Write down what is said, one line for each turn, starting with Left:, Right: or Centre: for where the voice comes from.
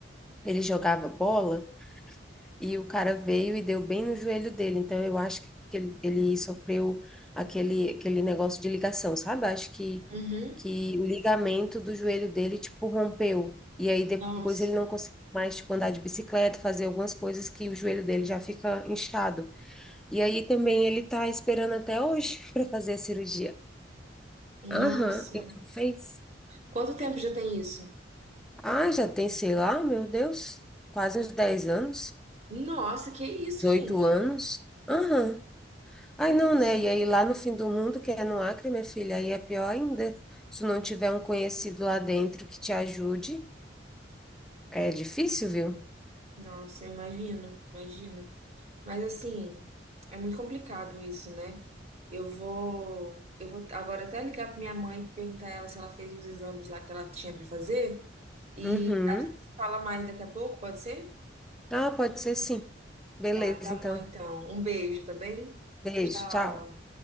Centre: Ele jogava bola. e o cara veio e deu bem no joelho dele. Então eu acho que ele, ele sofreu aquele, aquele negócio de ligação, sabe? Eu acho que,
Right: Uhum.
Centre: que o ligamento do joelho dele, tipo, rompeu. E aí depois
Right: Nossa,
Centre: ele não conseguiu mais, tipo, andar de bicicleta, fazer algumas coisas que o joelho dele já fica inchado. E aí também ele tá esperando até hoje <laughs> para fazer a cirurgia.
Right: nossa.
Centre: Aham, ele não fez.
Right: Quanto tempo já tem isso?
Centre: Ah, já tem, sei lá, meu Deus, quase uns 10 anos,
Right: Nossa, que isso,
Centre: 18
Right: gente?
Centre: anos. Aham. Ai,
Right: Que
Centre: não,
Right: isso?
Centre: né? E aí lá no fim do mundo, que é no Acre, minha filha, aí é pior ainda. Se tu não tiver um conhecido lá dentro que te ajude, é difícil, viu?
Right: Nossa, eu imagino, imagino. Mas assim, é muito complicado isso, né? Eu vou, eu vou agora até ligar pra minha mãe e perguntar a ela se ela fez os exames lá que ela tinha pra fazer e
Centre: Uhum.
Right: fala mais daqui a pouco, pode ser?
Centre: Ah, pode ser sim. Beleza,
Right: Tá, tá bom
Centre: então.
Right: então. Um beijo, tá bem?
Centre: Beijo,
Right: Tchau.
Centre: tchau.